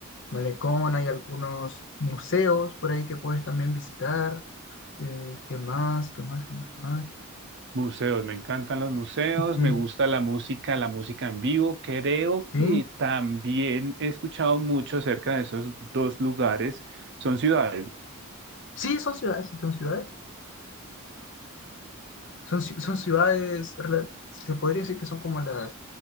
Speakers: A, on the left (about 60°); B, on the right (about 55°).
A: malecón, hay algunos museos por ahí que puedes también visitar. Eh, ¿qué más? ¿Qué más? ¿Qué más? ¿Qué más?
B: Museos, me encantan los museos,
A: Ujú,
B: me gusta la música, la música en vivo. Creo
A: Sí.
B: que también he escuchado mucho acerca de esos dos lugares. Son ciudades.
A: Sí, son ciudades, sí, son ciudades. Son, ci- son ciudades, rela- se podría decir que son como las,